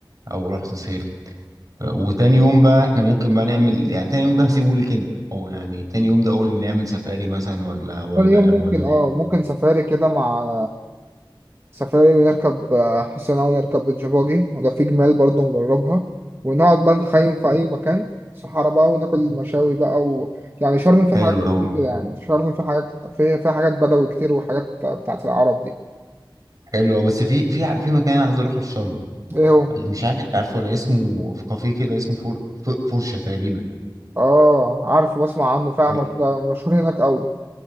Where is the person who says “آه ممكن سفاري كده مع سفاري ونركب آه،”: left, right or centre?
Right